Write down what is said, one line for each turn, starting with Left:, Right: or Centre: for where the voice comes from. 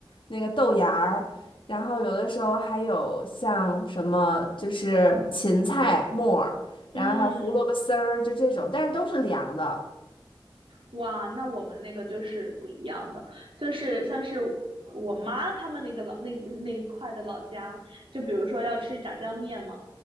Left: 那个豆芽儿，然后有的时候还有像什么就是芹菜末儿，
Right: 嗯，
Left: 然后还有胡萝卜丝儿，就这种，但是都是凉的。
Right: 哇，那我们那个就是不一样的，就是像是我妈他们那个老那那一块的老家，就比如说要吃炸酱面嘛，